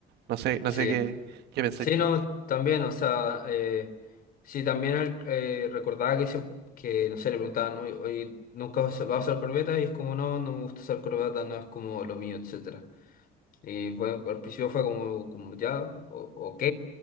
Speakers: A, on the right; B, on the left.
A: No sé, no
B: sí.
A: sé qué, qué pensáis
B: Sí,
A: tú.
B: no, también, o sea, eh, sí, también el- eh, recordaba que, siem- que, no sé, le preguntaban, ¿no? Oye, ¿nunca vas a vas a usar corbeta? Y es como, no, no me gusta usar corbeta, no es como lo mío, etcétera. Y fue- al principio fue como, como ya, o- ok,